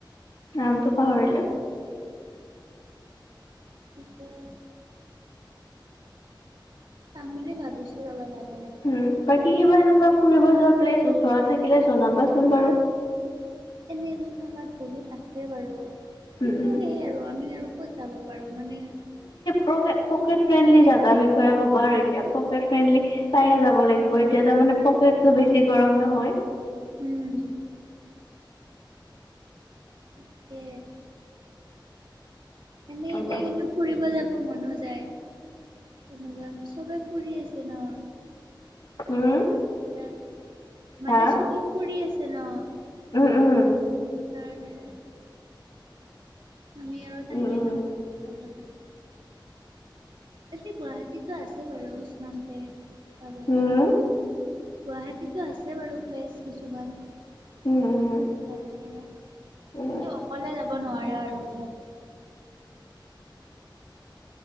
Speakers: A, on the left (about 85°); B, on the right (about 75°).
A: নামটো পাহৰিলো।
B: কি কয়? যাম বুলি ভাবিছো, ৰ'বা যাম।
A: উম বাকী কিবা আৰু কোৱাত ফুৰিব যোৱা প্লেছ ওচৰত থাকিলে জনাবাচোন বাৰু।
B: এনেতো থকাত বহুত আছে বাৰু।
A: উম
B: কিন্তু
A: উম।
B: সেই আৰু আমি আৰু ক'ত যাব পাৰো মানে
A: পকে পকেট ফ্ৰেণ্ডলি জোগাৰ বিষয়ে ক'বা আৰু এতিয়া পকেট ফ্ৰেণ্ডলি চাইহে
B: উম,
A: যাব লাগিব
B: সেইটো
A: এতিয়া তাৰমানে পকেটটো বেছি ছি গৰম নহয়।
B: উম। তাকে। এনে
A: ৰ'বাচোন
B: এতিয়া কিন্তু ফুৰিব যাব মন- ন যাই তেনেকুৱা চবে ফুৰি আছে ন।
A: উম
B: মজা চজা মানে
A: হা
B: চবে ফুৰি আছ- যেন
A: উম উম
B: সেকাৰণে। আমি আৰু টাইমে
A: উম উম
B: নাপাব পাৰোঁ। এটি গুৱাহাটীটো আছে বাৰু কিছুমান পেখ চাব যাবা।
A: উম
B: গুৱাহাটীটো আছে বাৰু প্লেচ কিছুমান। যাব
A: উম উম
B: পাৰা কিন্তু
A: উম।
B: অকলে যাব ফুৰিব নোৱাৰা আৰু অলপ।